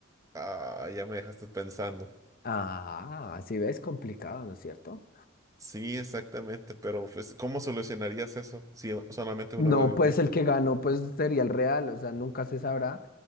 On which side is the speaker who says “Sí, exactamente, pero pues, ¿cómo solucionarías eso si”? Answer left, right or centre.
Right